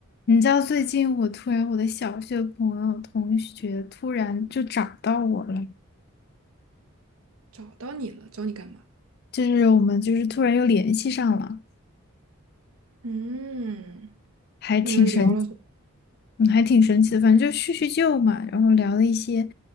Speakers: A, on the left; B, on the right.
A: 你知道最近我突然我的小学朋友同学突然就找到我了，
B: 找到你了，找你干嘛？
A: 就是我们就是突然又联系上了，
B: 嗯
A: 还挺神，
B: 你们聊了什么？
A: 嗯还挺神奇的。反正就叙叙旧嘛，然后聊了一些，